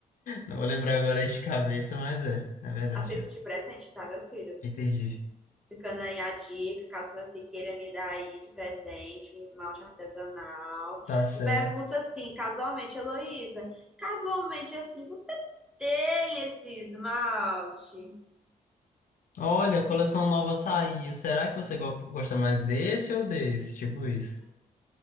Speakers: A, on the left (about 65°); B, in the centre.
A: Não vou lembrar agora de cabeça, mas é. Na verdade,
B: Aceito
A: eu
B: de presente, tá, meu filho?
A: entendi.
B: Ficando aí a dica, caso minha filha queira me dar aí de presente, um esmalte artesanal.
A: Tá certo.
B: Tu pergunta assim, casualmente, Heloísa, casualmente assim, você tem esse esmalte?
A: Olha, a
B: Assim,
A: coleção nova saiu. Será que você go- gosta mais desse ou desse? Tipo isso.